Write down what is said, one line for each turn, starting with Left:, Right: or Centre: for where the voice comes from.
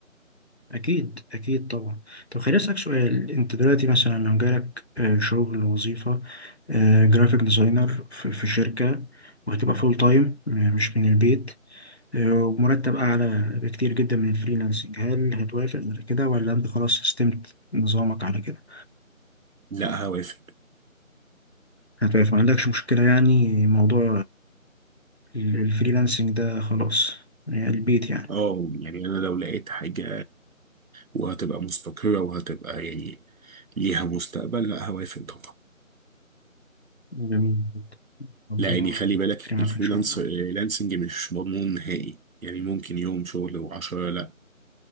Left: اكيد اكيد طبعا طب خليني اسالك سؤال انت دلوقتي مثلا لو جالك آه شغل وظيفه آه جرافيك ديزاينر في, في شركه وهتبقى فول تايم مش من البيت آه، ومرتب اعلى بكتير جدا من الفريلانسنج هل هتوافق على كده ولا انت خلاص استمت نظامك على كده
Right: لا هوافق
Left: هتبقى ما عندكش مشكلة يعني موضوع ال- الفريلانسنج ده خلاص يعني البيت يعني
Right: اه يعني انا لو لقيت حاجة وهتبقى مستقرة وهتبقى يعني ليها مستقبل لا هوافق طبعا
Left: جميل جدا ربنا
Right: لا يعني خلي بالك
Left: يكرمك
Right: الفريلانس
Left: إن شاء الله
Right: لانسنج مش مضمون نهائي يعني ممكن يوم شغل وعشرة لا